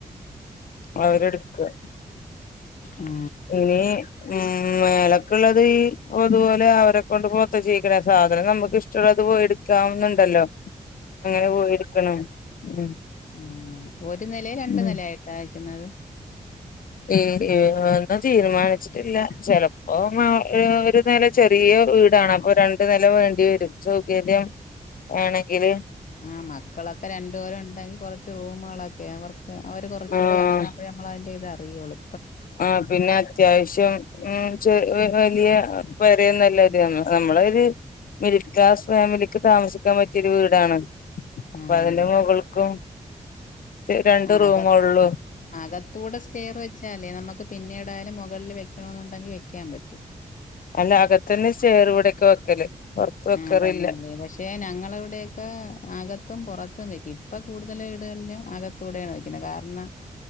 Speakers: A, on the left; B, on the left.
A: അവരെടുക്കുവാ
B: ഉം
A: നീ ഉം മേലക്കുള്ളത് അതുപോലെ അവരെക്കൊണ്ട് മൊത്ത ചെയിക്കണ സാധനം നമുക്ക് ഇഷ്ടമുള്ളത് പോയി എടു ക്കാവുന്നുണ്ടല്ലോ അങ്ങനെ പോയി എടുക്കണം ഉം
B: ഉ ഒരു നിലയാ രണ്ട്
A: ഉം
B: നിലായായിട്ടാ വെക്കുന്നത്
A: ഏ ഈ ഒന്നും തീരുമാനിച്ചിട്ടില്ല ചെലപ്പോ മാ ഒരു നില ചെറിയ വീടാണ് അപ്പൊ രണ്ട് നെല വേണ്ടി വരും സൗകര്യം വേണെങ്കില്
B: ആഹ് മക്കളൊക്കെ രണ്ട് പേരുണ്ടെങ്കി കൊറച്ച് റൂമുകളൊക്കെ അവർക്ക് അവര് കൊറച്ചുകൂടെ
A: ആഹ്
B: വലുതാവുമ്പോഴും നമ്മൾ അതിന്റെ ഇത് അറിയൂള്ളൂ
A: ആഹ് പിന്നെ അത്യാവശ്യം ഉ ചെറി വലിയ പെരയും നല്ലൊരു വന്നു നമ്മളൊരു മിഡിൽ ക്ലാസ് ഫാമിലിക്ക് താമസിക്കാൻ പറ്റിയൊരു വീടാണ് അപ്പൊ
B: ആഹ്
A: അതിന്റെ മുകൾക്കും രണ്ട്
B: ആഹ്
A: റൂമൊള്ളൂ
B: അക അകത്തൂടെ സ്റ്റെയർ വെച്ചാ ലല്ലേ നമുക്ക് പിന്നീടായാലും മുകളിൽ വെക്കണോന്നുണ്ടെങ്കിൽ വെക്കാൻ പറ്റും
A: അല്ല അകത്തുന്ന് സ്റ്റെയറ് ഇവിടൊക്കെ വെക്കല് പൊറത്ത് വെക്കാറില്ല
B: ആഹ് തന്നെല്ലേ പക്ഷേ പക്ഷെ ഞങ്ങളെ ഇവിടെയൊക്കെ അകത്തും പുറത്തും വെക്കും ഇപ്പ കൂടുതല് വീടുകളിലും അക ത്തൂടെയാണ് വെക്കുന്നത് കാരണം